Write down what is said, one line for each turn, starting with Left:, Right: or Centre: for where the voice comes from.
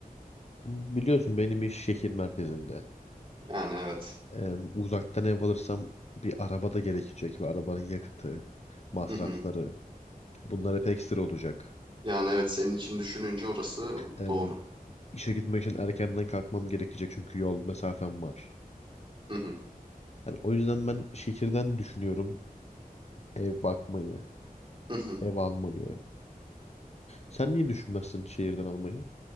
Left: Biliyorsun benim iş şehir merkezinde.
Right: Yani evet.
Left: Ee, uzaktan ev alırsam bir araba da gerekecek ve arabanın yakıtı, masrafları
Right: Hı hı.
Left: bunlar hep ekstra olacak.
Right: Yani evet senin için düşününce orası
Left: em,
Right: doğru.
Left: işe gitmek için erkenden kalkmam gerekecek çünkü yol mesafem var.
Right: Hı hı.
Left: Yani o yüzden ben şehirden düşünüyorum ev bakmayı,
Right: Hı hı.
Left: ev almayı. Sen niye düşünmezsin şehirden almayı?